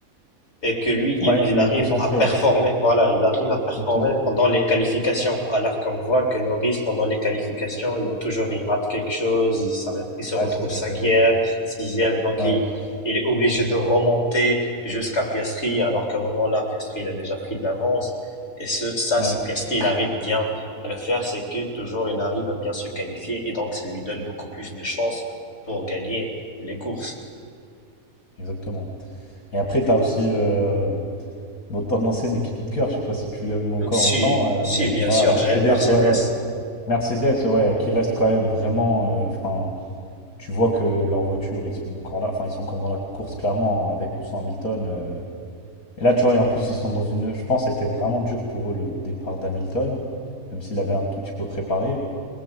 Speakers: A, on the left (about 45°); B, on the left (about 65°).
A: et que lui, il,
B: Ouais,
A: il
B: il
A: arrive
B: est concentré,
A: à performer.
B: ouais.
A: Voilà, il arrive à performer
B: Exactement.
A: pendant les qualifications. Alors qu'on voit que Norris, pendant les qualifications, il y a toujours, il rate quelque chose, il, s'arrête- il se retrouve
B: Ouais, c'est vrai,
A: cinquième,
B: c'est vrai.
A: sixième, donc
B: Ouais,
A: il, il est obligé de remonter jusqu'à Piastri, alors qu'à un moment-là, Piastri, il a déjà pris de l'avance. Et ce, ça,
B: ouais,
A: si Piastri, il arrive bien à le faire, c'est que toujours, il arrive à bien se qualifier et donc ça lui donne beaucoup plus de chances pour gagner les courses.
B: exactement. Et après, tu as aussi euh, Bon, ton ancienne équipe cœur, je sais pas si tu l'aimes encore
A: Donc, si,
B: autant, euh,
A: si,
B: mais
A: bien
B: voilà,
A: sûr,
B: Mercedes,
A: j'aime Mercedes.
B: ouais, ouais. Mercedes, ouais, qui reste quand même vraiment. euh, Enfin, tu vois que leurs voitures, ils sont encore là. Enfin, ils sont encore dans la course, clairement, avec ou sans Hamilton. euh. Et là, tu vois, et en plus, ils sont dans une. Je pense que ça a été vraiment dur pour eux le départ d'Hamilton, même s'il avait un tout petit peu préparé.